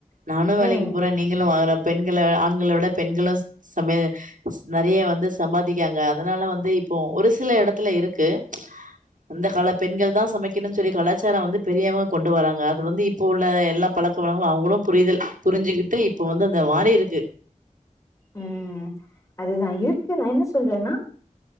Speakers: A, on the right; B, on the left.
A: நானும் வேலைக்கு
B: ம்
A: போறேன் நீங்களும் வாங்க பெண் ஆண்களை விட பெண்களும் சம நிறைய வந்து சம்பாதிக்காங்க அதனால வந்து இப்போ ஒரு சில இடத்துல இருக்கு அந்த கால பெண்கள் தான் சமைக்கனும் சொல்லி கலாச்சாரம் வந்து பெரியவங்க கொண்டு வராங்க அது வந்து இப்ப உள்ள எல்லா பழக்கவளங்களும் அவங்களும் புரிதல் புரிஞ்சுக்கிட்டு இப்ப வந்து அந்த மாறி இருக்கு
B: ம் அது தா இருக்கு நா என்ன சொல்றேன்னா